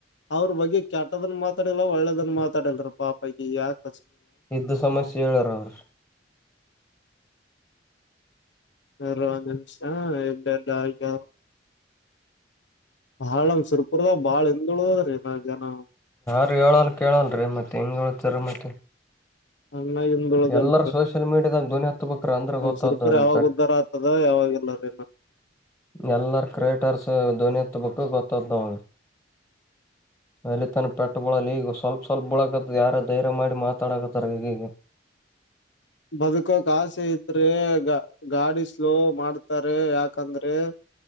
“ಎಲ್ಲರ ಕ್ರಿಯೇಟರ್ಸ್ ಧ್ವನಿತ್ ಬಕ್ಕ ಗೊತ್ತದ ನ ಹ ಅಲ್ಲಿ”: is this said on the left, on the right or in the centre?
Left